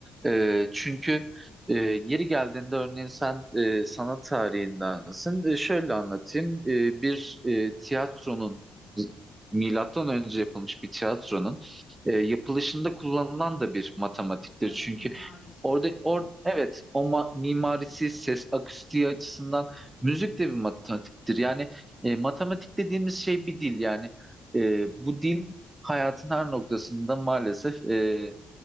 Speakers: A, on the right; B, on the left.
A: Ee, çünkü e, yeri geldiğinde örneğin sen e, sanat tarihindensin. E, şöyle anlatayım. E, bir e, tiyatronun milattan önce yapılmış bir tiyatronun e, yapılışında kullanılan da bir matematiktir.
B: Tabii
A: Çünkü
B: mimarisi
A: orada
B: de açık-
A: or, evet o ma- mimarisi, ses akustiği açısından müzik de bir matematiktir. Yani e, matematik dediğimiz şey bir dil yani. E, bu dil hayatın her noktasında maalesef e,